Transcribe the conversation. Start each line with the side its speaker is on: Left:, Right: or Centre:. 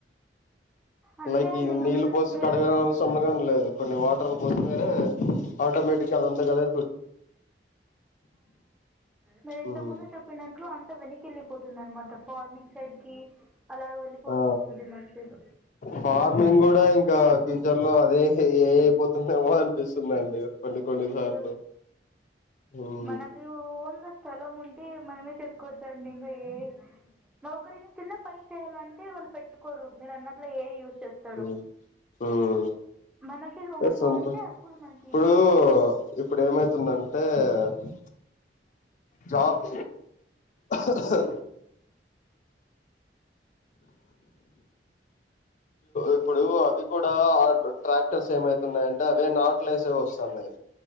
Centre: అంతే
Left: లైక్
Centre: అండి
Left: ఈ
Centre: ఇంక
Left: నీళ్లు
Centre: మీరు
Left: పోసి
Centre: మీరు
Left: కడగసంలో
Centre: ఇంతకు ముందు
Left: కానీ లేదు కొన్ని వాటర్ల పోస్తనే ఆటోమేటిక్గా అదంతాగాదై
Centre: మరి ఇంత
Left: ఉమ్
Centre: ముందు చెప్పినట్లు అంత వెనకి వెళ్ళిపోతుంది అనమాట ఫార్నింగ్ సైడ్ కి అలాగ వెళ్ళిపోల్సి
Left: ఆ
Centre: వస్తుంది మనుషులో
Left: ఫార్మింగ్ కూడా ఇంకా ఫ్యూచర్ లో అదే ఏ అయిపోతుందేమో అనిపిస్తుందండి కొన్ని కొన్ని
Centre: అయ్యో
Left: సార్లు మ్మ్
Centre: మనకు ఓన్గా స్థలం ఉంటే మనమే చెక్ కోచండి ఏయ్ నౌకరిమె చిన్న పని చేయాలంటే వాళ్ళు పెట్టుకోరు మీరన్నట్లు ఎ ఐ యూస్ చేస్తారు
Left: మ్మ్ మ్మ్
Centre: మనకిది ఓన్గా
Left: సొంత
Centre: ఉంటే అప్పుడు మనం
Left: ఇప్పుడు ఇప్పుడేమైతుంది అంటే అంటే జాబ్ ఆహా ఆహా ఇప్పుడు అవి కూడా ట్రాక్టర్స్ ఏమైతున్నాయంటే అవే నట్లుఏసేవి వస్తున్నాయి